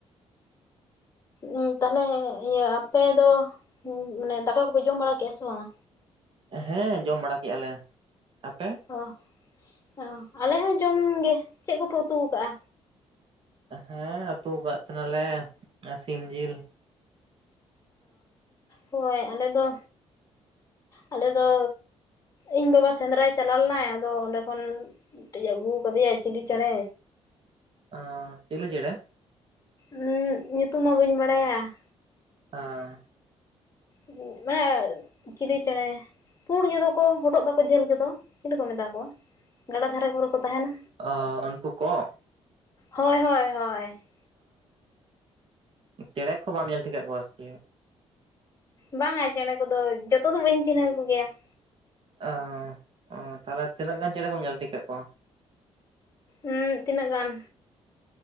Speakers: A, on the left; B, on the right.
A: ᱩᱸᱜ ᱛᱟᱦᱚᱞᱮ ᱤᱭᱟᱹ ᱟᱯᱮ ᱫᱚ ᱢᱟᱱᱮ ᱫᱟᱠᱟ ᱠᱚᱯᱮ ᱡᱚᱢ ᱵᱟᱲᱟ ᱠᱮᱜᱼᱟ ᱥᱮ ᱵᱟᱝᱼᱟ?
B: ᱦᱮᱸ ᱡᱚᱢ ᱵᱟᱲᱟ ᱠᱮᱜᱼᱟ ᱞᱮ ᱾ ᱟᱯᱮ?
A: ᱚ ᱚ ᱟᱞᱮ ᱦᱚᱸ ᱡᱚᱢ ᱜᱮ, ᱪᱮᱫ ᱠᱚᱯᱮ ᱩᱛᱩ ᱠᱟᱜᱼᱟ?
B: ᱦᱮᱸ ᱟᱹᱛᱩ ᱟᱠᱟᱫ ᱛᱟᱦᱮᱱᱟᱞᱮ ᱥᱤᱢ ᱡᱤᱞ ᱾
A: ᱚ ᱦᱳᱭ ᱟᱞᱮᱫᱚ ᱟᱞᱮᱫᱚ ᱤᱧ ᱵᱟᱵᱟ ᱥᱮᱸᱫᱽᱨᱟᱭ ᱪᱟᱞᱟᱣ ᱞᱮᱱᱟᱭ ᱟᱫᱚ ᱚᱸᱰᱮ ᱠᱷᱚᱱ ᱢᱤᱫᱴᱤᱡ ᱟᱹᱜᱩ ᱟᱠᱟᱫᱮᱭᱟᱭ ᱪᱤᱞᱤ ᱪᱮᱬᱮ!
B: ᱚᱻ ᱪᱮᱞᱮ ᱪᱮᱲᱮ?
A: ᱩᱸᱜ ᱧᱩᱛᱩᱢ ᱢᱟ ᱵᱟᱹᱧ ᱵᱟᱲᱟᱭᱟ ᱾
B: ᱚᱸᱻ
A: ᱩᱸᱜ ᱢᱟᱱᱮ ᱪᱤᱞᱤ ᱪᱮᱸᱬᱮ! ᱯᱩᱲ ᱜᱮᱫᱚ ᱠᱚ ᱦᱚᱴᱚᱜ ᱫᱟᱠᱚ ᱡᱷᱟᱹᱞ ᱜᱮᱫᱚ, ᱪᱮᱞᱮ ᱠᱚ ᱢᱮᱛᱟ ᱠᱚᱣᱟ? ᱜᱟᱰᱟ ᱫᱷᱟᱨᱮ ᱠᱚᱨᱮ ᱠᱚ ᱛᱟᱦᱮᱱᱟ
B: <inaudible> ᱚ ᱩᱱᱠᱩ ᱠᱚᱸᱜ!
A: ᱦᱳᱭ ᱦᱳᱭ ᱦᱳᱭ ᱾
B: ᱚᱻ ᱪᱮᱸᱬᱮ ᱠᱚᱦᱚ ᱵᱟᱢ ᱧᱮᱞ ᱴᱷᱤᱠᱟᱹ ᱮᱫ ᱠᱚᱣᱟ ᱥᱮ ᱪᱮᱫ!
A: ᱵᱟᱝᱟ ᱪᱮᱸᱬᱮ ᱠᱚᱫᱚ ᱡᱚᱛᱚ ᱫᱚ ᱵᱟᱹᱧ ᱪᱤᱱᱦᱟᱹᱣ ᱠᱚᱜᱮᱭᱟ ᱾
B: ᱚ ᱚ ᱛᱟᱦᱚᱞᱮ ᱛᱤᱱᱟᱹᱜ ᱜᱟᱱ ᱪᱮᱸᱬᱮ ᱠᱚᱢ ᱧᱮᱞ ᱴᱷᱤᱠᱟᱹ ᱠᱚᱣᱟ?
A: ᱩᱸ ᱛᱤᱱᱟᱹᱜ ᱜᱟᱱ!